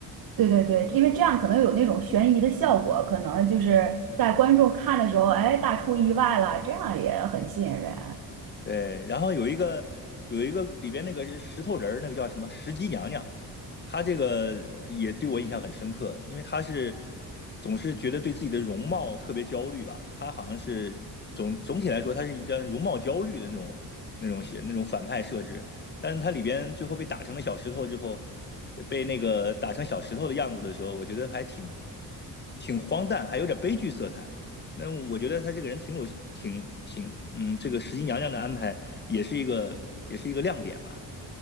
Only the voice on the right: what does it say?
对对对，因为这样可能有那种悬疑的效果，可能就是在观众看的时候，哎，大出意外了，这样也很吸引人。